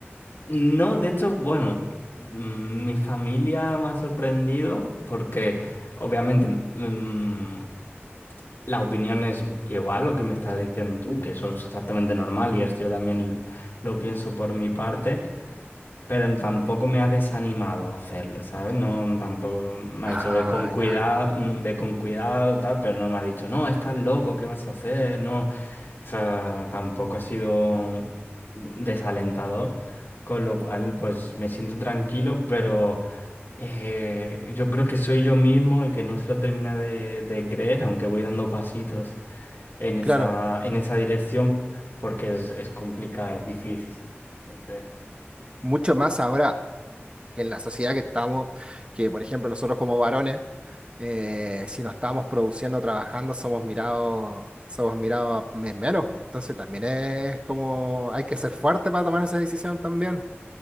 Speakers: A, on the left; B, on the right.
A: No, de hecho, bueno, mm, mi familia me ha sorprendido porque obviamente mm, la opinión es igual lo que me estás diciendo tú, que eso es exactamente normal y esto yo también lo pienso por mi parte. Pero tampoco me ha desanimado a hacerlo, ¿sabes? No, tampoco me
B: Ah,
A: ha dicho, ve con cuidado,
B: ya.
A: mm, ve con cuidado, tal, pero no me ha dicho, no, estás loco, ¿qué vas a hacer? No, o sea, tampoco ha sido desalentador, con lo cual, pues me siento tranquilo, pero eh, yo creo que soy yo mismo el que no se lo termina de, de creer, aunque voy dando pasitos en esa,
B: Claro,
A: en esa dirección, porque es, es complicado, es difícil. Entonces,
B: mucho más ahora que en la sociedad que estamos, que por ejemplo nosotros como varones, eh, si no estamos produciendo, trabajando, somos mirados, somos mirados me- menos. pues. Entonces también es como hay que ser fuerte para tomar esa decisión también.